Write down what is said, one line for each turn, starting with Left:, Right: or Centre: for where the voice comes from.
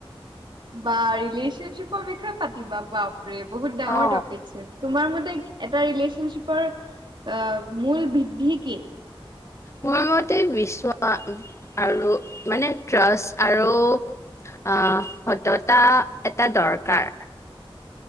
Right: বাৰু ৰিলেচনশ্বিপৰ বিষয়ে পাতিবা বাপৰে বহুত ডাঙৰ
Left: অ
Right: টপিক চোন। তোমাৰ মতে এটা ৰিলেচনশ্বিপৰ মূল বৃদ্ধি কি
Left: মোৰ মতে বিশ্বাস আৰু মানে ট্ৰাষ্ট আৰু আ সততা এটা দৰকাৰ।